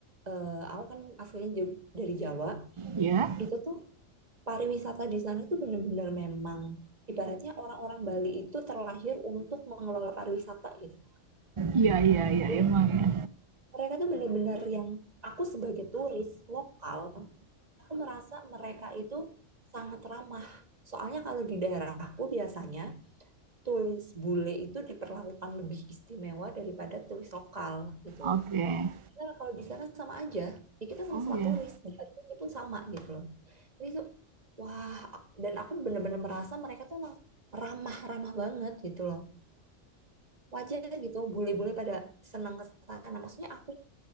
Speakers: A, on the right; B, on the right.
A: eh, aku kan aslinya Jo- dari Jawa,
B: iya,
A: itu tuh pariwisata di sana itu benar-benar memang ibaratnya orang-orang Bali itu terlahir untuk mengelola pariwisata gitu.
B: iya, iya, iya
A: Jadi
B: emang ya.
A: mereka tuh bener-bener yang aku sebagai turis lokal aku merasa mereka itu sangat ramah soalnya kalau di daerahku biasanya turis bule itu diperlakukan lebih istimewa daripada turis lokal gitu
B: Oke,
A: Padahal kalau di sana sama aja ya kita sama-sama
B: oh ya.
A: turis dihargainya pun sama gitu loh jadi tuh wah dan aku bener-bener merasa mereka tuh emang ramah-ramah banget gitu loh sewajar gitu bule-bule pada senang ke sana maksudnya aku